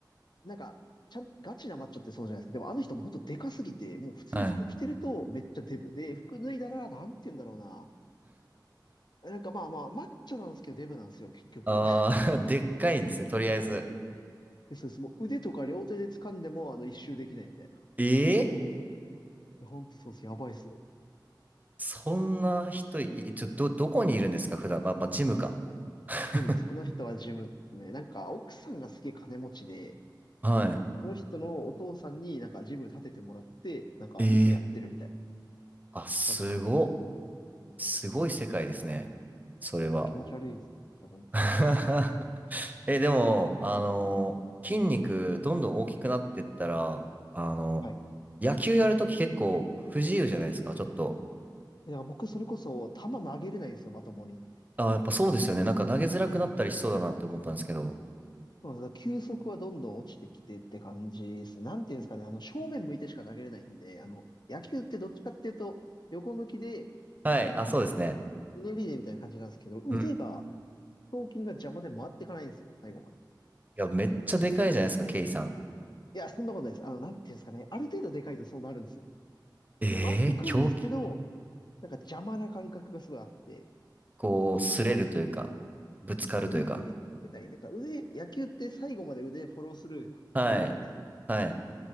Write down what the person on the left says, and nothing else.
なんか、ちゃん、ガチなマッチョってそうじゃないですか。でもあの人も本当でかすぎて、もう普通に服着てるとめっちゃデブ。
で、服脱いだら、なんて言うんだろうな。なんかまあまあ、マッチョなんですけどデブなんですよ、結局。
<laughs> でそうです。もう腕とか両手で掴んでも、あの、一周できないみたいな。
いや、本当そうです。やばいですよ。
ジムです。あの人はジムですね。なんか、奥さんがすげえ金持ちで、
その人のお父さんになんかジム建ててもらって、なんか店やってるみたいな
感じなんです。
そうなんです。
あー、気持ち悪いですね。本当に。
はい
えだから僕、それこそ、球投げれないんですよ、まともに。
そうなんですだから球速はどんどん落ちてきてって感じですね。なんていうんですかね、あの、正面向いてしか投げれないんで、あの、野球ってどっちかっていうと、横向きで、
あの、
ひねりでみたいな感じなんですけど、腕が、
頭筋が邪魔で回ってかないんですよ、最後まで。
いや、そんなことないです。あの、なんていうんですかね、ある程度でかいとそうなるんですよ。
回ってくんですけど、なんか邪魔な感覚がすごいあって、
あの、
そうです腕振り切れない。なんか腕、野球って最後まで腕フォロースルー振るじゃないですか。